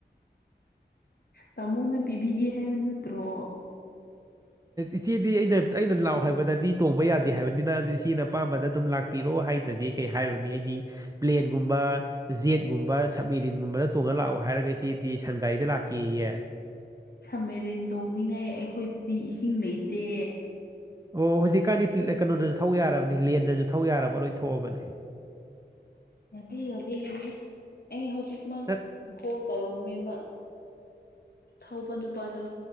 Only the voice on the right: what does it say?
ꯏꯆꯦꯗꯤ ꯑꯩꯅ ꯑꯩꯅ ꯂꯥꯛꯑꯣ ꯍꯥꯏꯕꯗꯗꯤ ꯇꯣꯡꯕ ꯌꯥꯗꯦ ꯍꯥꯏꯕꯅꯤꯅ ꯑꯗꯨ ꯏꯆꯦꯅ ꯑꯄꯥꯝꯕꯗ ꯑꯗꯨꯝ ꯂꯥꯛ ꯄꯤꯔꯛꯑꯣ ꯍꯥꯏꯗ꯭ꯔꯗꯤ ꯀꯩ ꯍꯥꯏꯔꯨꯅꯤ ꯑꯩꯗꯤ ꯄ꯭ꯂꯦꯟꯒꯨꯝꯕ ꯖꯦꯠꯀꯨꯝꯕ ꯁꯕꯃ‌ꯦꯔꯤꯟꯒꯨꯝꯕꯗ ꯇꯣꯡꯉ ꯂꯥꯛꯑꯣ ꯍꯥꯏꯔꯒ ꯆ‌ꯦꯗꯤ ꯁꯟꯒꯥꯔꯤꯗ ꯂꯥꯛꯀꯦꯌꯦ
ꯑꯣ ꯍꯧꯖꯤꯛꯀꯥꯟꯗꯤ ꯀꯩꯅꯣꯗꯁꯨ ꯊꯧ ꯌꯥꯔꯕꯅꯤ ꯂꯦꯟꯗꯁꯨ ꯊꯧ ꯌꯥꯔꯕ ꯂꯣꯏ ꯊꯣꯛꯑꯕꯅꯦ
ꯅꯠ-